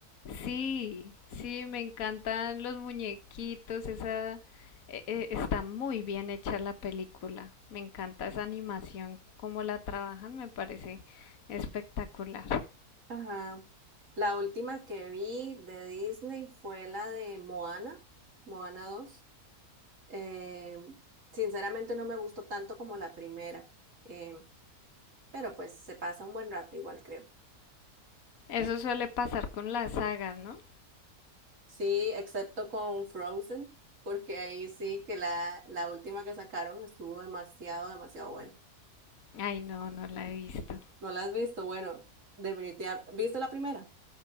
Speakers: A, on the left; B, on the right.
A: Sí, sí, me encantan los muñequitos, esa e- e- está muy bien hecha la película. Me encanta esa animación, cómo la trabajan, me parece espectacular.
B: Ajá. La última que vi de Disney fue la de Moana, Moana dos. Eh, sinceramente no me gustó tanto como la primera, eh, pero pues se pasa un buen rato igual creo.
A: Eso suele pasar con las sagas, ¿no?
B: Sí, excepto con Frozen, porque ahí sí que la, la última que sacaron estuvo demasiado, demasiado buena.
A: Ay, no, no la he visto.
B: ¿No la has visto? Bueno, definitivamente. ¿Viste la primera?